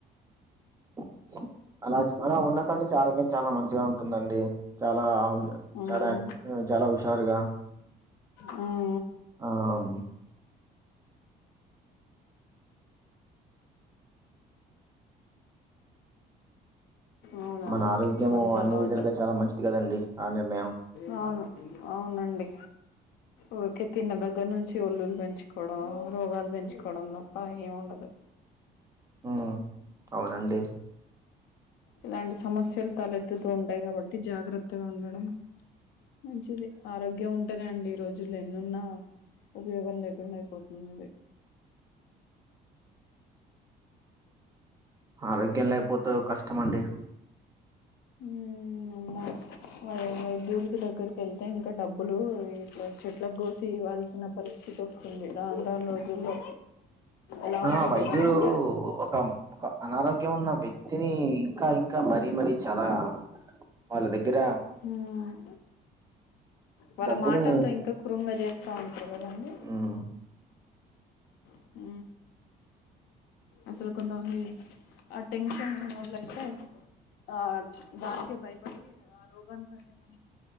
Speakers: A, on the right; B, on the left.
A: <unintelligible> అలా అలా ఉన్నాకడ్నుంచి ఆరోగ్యం చాలా మంచిగా ఉంటుందండి. చాలా ఆవ్
B: ఉమ్
A: చాలా ఉమ్ చాలా ఉషారుగా
B: ఉ
A: ఆ అవున్
B: అవునా
A: మన ఆరోగ్యము
B: మంచి
A: అన్ని
B: అలవాటు
A: విధాలుగా చాలా మంచిది కదండి ఆ నిర్ణయం.
B: అవును అవునండి ఊర్కే తిన్న దగ్గర్ నుంచి ఒల్లులు పెంచుకోడం, రోగాలు పెంచుకోడం తప్ప ఏం ఉండదు.
A: ఉమ్ అవునండి
B: ఇలాంటి సమస్యలు తలెత్తుతూ ఉంటాయి కాబట్టి, జాగ్రత్తగా ఉండడం మంచిది, ఆరోగ్యం ఉంటేనే అండి ఈ రోజుల్లో ఎన్నున్నా ఉపయోగం లేకుండా అయిపోతుంది ఇది
A: ఆరోగ్యం లేకపోతే కష్టమండి
B: ఉమ్మ్ అమ్మ ఆ వైదుల్కి దగ్గరకి ఎళ్తే ఇంకా డబ్బులు ఇట్లా చెట్లగొసి ఇవ్వాల్సిన పరిస్థితి ఒస్తుంది, రాను రాను రోజుల్లో ఎలా
A: ఆ
B: ఉంటుందో
A: వైద్యులు
B: గానీ
A: ఒక ఒక అనారోగ్యం ఉన్న వ్యక్తిని ఇంకా ఇంకా మరీ మరీ చాలా వాళ్ళ దగ్గర
B: ఆ వాళ్ళ
A: డబ్బును
B: మాటలతో ఇంకా క్రుంగ చేస్తా ఉంటారు కదండి.
A: ఉమ్
B: అ అసలు కొంతమంది ఆ టెన్షన్ అ వాళ్ల అయితే ఆ దానికే భయపడి ఆ రోగాని కంటే కొ